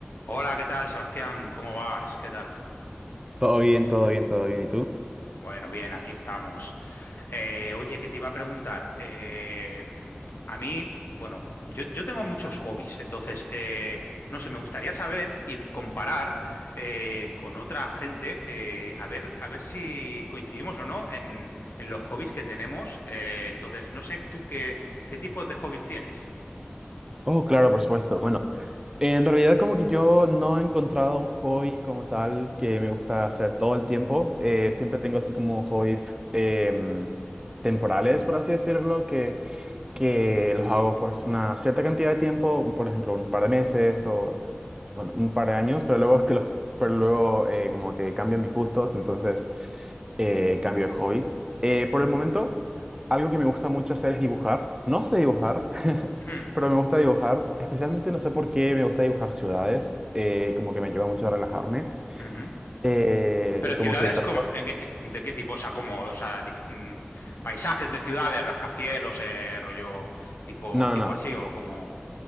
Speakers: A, on the left (about 70°); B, on the right (about 15°).
A: Hola, ¿qué tal, Sebastián? ¿Cómo vas? ¿Qué tal?
B: Todo bien, todo bien, todo bien. ¿Y tú?
A: Bueno, bien, aquí estamos. Eh, oye, que te iba a preguntar. eh, a mí, bueno, yo, yo tengo muchos hobbies, entonces, eh, no sé, me gustaría saber y comparar eh, con otra gente, eh, a ver, a ver si coincidimos o no en, en los hobbies que tenemos. Eh, entonces, no sé tú qué, qué tipos de hobbies tienes.
B: Oh, claro, por supuesto. Bueno, en realidad como que yo no he encontrado un hobby como tal que me gusta hacer todo el tiempo. Eh, siempre tengo así como hobbies em, temporales, por así decirlo, que, que los hago por una cierta cantidad de tiempo, por ejemplo, un par de meses o, bueno, un par de años, pero luego es que los, pero luego eh, como que cambian mis gustos, entonces eh, cambio de hobbies. Eh, por el momento, algo que me gusta mucho hacer es dibujar. No sé dibujar, <laughs>
A: Hmm,
B: pero me gusta dibujar. Especialmente no sé por qué me gusta dibujar ciudades. eh, como que me ayuda mucho a relajarme.
A: ujú.
B: Eh,
A: Pero
B: y como
A: ciudades
B: que trato...
A: como, en qué- ¿de qué tipo? O sea, como, o sea, dif- mm, paisajes de ciudades, rascacielos, eh, rollo tipo,
B: No, no,
A: tipo
B: no.
A: así, o como.